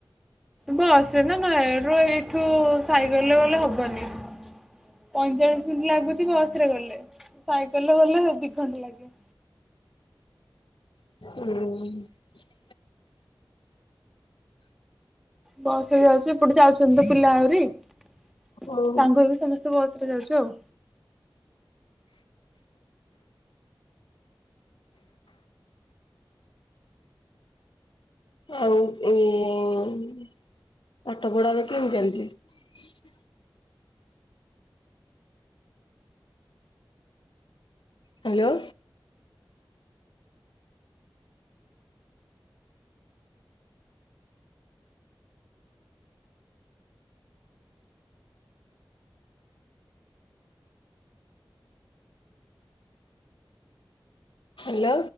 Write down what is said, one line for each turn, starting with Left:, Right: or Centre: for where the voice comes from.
Centre: ବସ ରେ ନୟାଗଡ଼ ରୁ ଏଠୁ ସାଇକେଲରେ ଗଲେ ହବନି ପଇଁଚାଳିଶ ମିନିଟ ଲାଗୁଛି ବସ ରେ ଗଲେ ସାଇକେଲରେ ଗଲେ ଦି ଘଣ୍ଟା ଲାଗେ।
Left: ହୁଁ।
Centre: ବସ ରେ ଯାଉଛି ଏପଟେ ଯାଉଛନ୍ତି ତ ପିଲା ଆହୁରି ସାଙ୍ଗ
Left: ହଉ
Centre: ହେଇକି ସମସ୍ତେ ବସ ରେ ଯାଉଛୁ ଆଉ।
Left: ଆଉ ଇ ପାଠ ପଢା ବା କେମିତି ଚାଲିଛି। ହାଲୋ। ହାଲୋ।